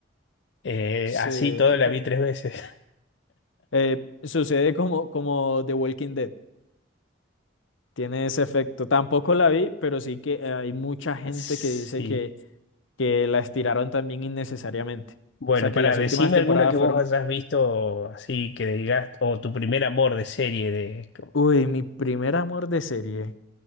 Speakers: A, on the left; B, on the left.
A: eh,
B: Sí,
A: así todo la
B: pues
A: vi tres veces. <laughs>
B: eh, sucede como, como The Walking Dead. Tiene ese efecto. Tampoco la vi, pero sí que eh, hay mucha gente
A: Sí.
B: que dice que, que la estiraron también innecesariamente.
A: Bueno,
B: O sea, que
A: para
B: las
A: decime
B: últimas temporadas
A: alguna que vos
B: fueron,
A: hayas visto así que digas, o tu primer amor de serie de.
B: uy, mi primer amor de serie.